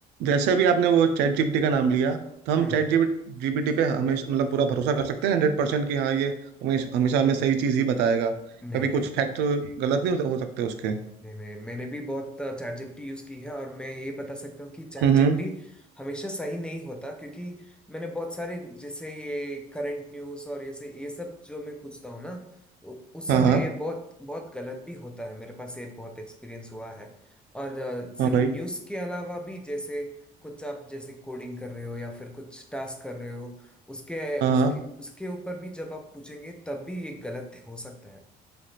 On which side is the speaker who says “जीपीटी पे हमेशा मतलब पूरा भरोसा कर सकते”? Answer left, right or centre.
Right